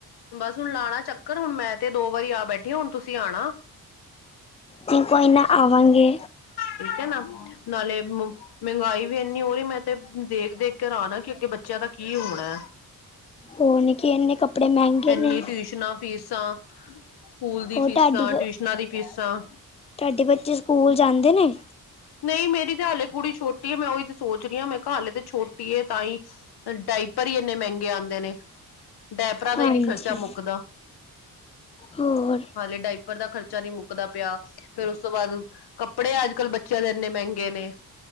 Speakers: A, on the left; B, on the left.
A: ਬਸ ਹੁਣ ਲਾਉਣਾ ਚੱਕਰ, ਹੁਣ ਮੈਂ ਤੇ ਦੋ ਵਾਰੀ ਆ ਬੈਠੀ ਹਾਂ। ਹੁਣ ਤੁਸੀਂ ਆਉਣਾ।
B: ਜੀ ਕੋਈ‌ ਨਾ, ਆਵਾਂਗੇ।
A: ਠੀਕ ਹੈ ਨਾ, ਨਾਲੇ ਮਹਿੰਗਾਈ ਵੀ ਨੀ ਉਹ ਹੀ, ਮੈਂ ਤੇ ਦੇਖ- ਦੇਖ ਕੇ ਹੈਰਾਣ ਹਾਂ ਕਿ ਅੱਗੇ ਬੱਚਿਆਂ ਦਾ ਕੀ ਹੋਣਾ ਹੈ?
B: ਹੋਰ, ਨੀ ਕੀ ਇੰਨੇ ਕੱਪੜੇ ਮਹਿੰਗੇ।
A: ਇੰਨੀ
B: ਨੇ
A: ਟਿਊਸ਼ਨਾਂ ਫੀਸਾਂ ਸਕੂਲ ਦੀ
B: ਹੋਰ
A: ਫੀਸਾਂ,
B: ਤੁਹਾਡੀ
A: ਟਿਊਸ਼ਨਾਂ ਦੀ ਫੀਸਾਂ।
B: ਤੁਹਾਡੇ ਬੱਚੇ ਸਕੂਲ ਜਾਂਦੇ ਨੇ?
A: ਨਹੀਂ ਮੇਰੀ ਤੇ ਹਲੇੇ ਕੁੜੀ ਛੋਟੀ ਹੈ। ਮੈਂ ਉਹੀ ਤੇ ਸੋਚ ਰਹੀ, ਮੈਂ ਕਿਹਾ ਹਲੇ ਤੇ ਛੋਟੀ ਟੀਏ ਤਾਂ ਹੀ ਡਾਇਪਰ ਹੀ ਇੰਨੇ ਮਹਿੰਗੇ ਆਉਂਦੇ ਨੇ। ਡਾਇਪਰਾਾਂ ਦਾ
B: ਹਾਂਜੀ
A: ਹੀ ਨਹੀਂ ਖਰਚਾ ਮੁੱਕਦਾ,
B: ਹੋਰ
A: ਹਾਲੇ ਡਾਇਪ ਉੱਪਰ ਦਾ ਖਰਚਾ ਨਹੀਂ ਮੁੱਕਦਾ ਪਿਆ। ਫੇਰ ਉਸ ਤੋਂ ਬਾਅਦ ਕੱਪੜੇ ਅੱਜ ਕੱਲ ਬੱਚਿਆਂ ਦੇ ਇੰਨੇ ਮਹਿੰਗੇ ਨੇ।